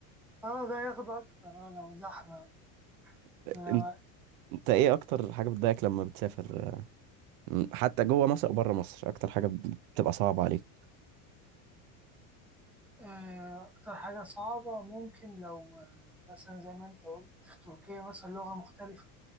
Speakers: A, in the centre; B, on the right.
A: أه ده ياخد أكتر أه لو زحمة
B: <laughs>
A: لو
B: انت انت ايه اكتر حاجه بتضايقك لما بتسافر م- حتى جوه مصر او بره مصر اكتر حاجه بتبقى صعبه عليك
A: آه، أكتر حاجة صعبة ممكن لو آه، مثلا زي ما أنت قلت في تركيا مثلا لغة مختلفة